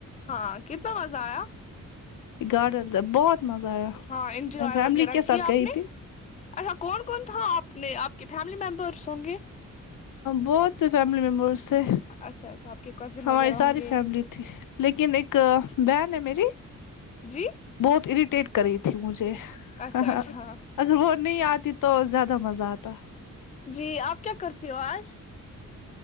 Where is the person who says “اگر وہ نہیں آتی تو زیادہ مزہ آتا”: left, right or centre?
Left